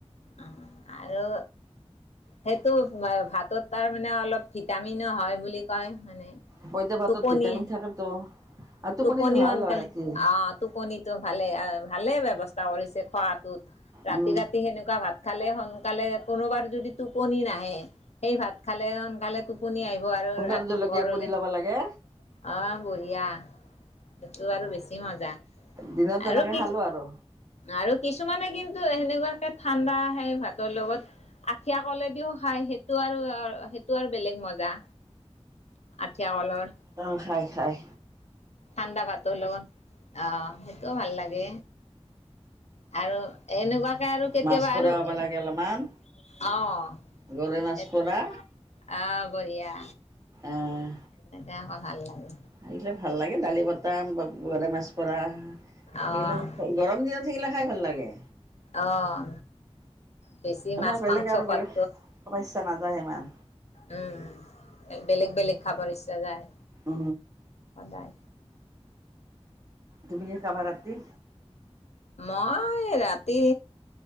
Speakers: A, on the left; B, on the right.
A: আহ আৰু সেইটো ভাতত তাৰ মানে অলপ ভিটামিনো হয় বুলি কয় মানে
B: পইতা ভাতত
A: টোপনি
B: ভিটামিন থাকেতো আৰু টোপনিটো
A: টোপনি
B: ভাল
A: সোনকালে
B: হয় ৰাতি
A: অ টোপনিটো ভালে ভালে ব্যৱস্থা কৰিছে খোৱাাতটোত ৰাতি
B: উম
A: ৰাতি সেনেকুৱা ভাত খালে সকালে কোনোবাৰ যদি টোপনি নাহে সেই ভাত খালে সোকালে পুনি আহিব আৰু
B: শুকান
A: ৰাতি
B: জলকীয়া
A: পোহৰলে
B: পুৰি
A: অ
B: ল'ব লাগে
A: বঢ়িয়া সেইটো বাৰ বেছি মজা
B: দিনত তেনেকে
A: আৰু কি
B: খালো আৰু
A: আৰু কিছুমানে কিন্তু সেনেকুৱাকে ঠাণ্ডা আহে ভাতৰ লগত আঠিয়া কলেদিও খায় সেইটো আৰু সেইটো আৰু বেলেগ মজা আঠীয়া কলৰ
B: আহ হয় হয়
A: ঠাণ্ডা ভাতৰ লগত অ ভাল লাগে আৰু এনেকুৱা আৰু কেতিয়াবা
B: মাছ পোৰা
A: আৰু
B: হ'ব
A: আহ
B: লাগে অলপমান গৰৈ মাছ
A: সটো
B: পোৰা
A: আহ বঢ়িয়া
B: এহ
A: এনেকে আকৌ ভাল লাগে
B: আহিলে ভাল লাগে দালি বট টান বা গৰে মাছ পুৰা সেইবিলাক
A: অ'
B: গৰম দিনত থাকিলে খাই ভাল লাগে
A: আহঁ বেছি
B: মানে
A: মাছ
B: বেলেগ
A: মাংস
B: আৰু
A: পত
B: বেলেগ খাব ইচ্ছা নাযায় ইমান
A: উম বেলেগ বেলেগ খাবৰ ইচ্ছা যায়
B: উ
A: সদায়
B: তুমি কি খবা ৰাতি
A: মই ৰাতি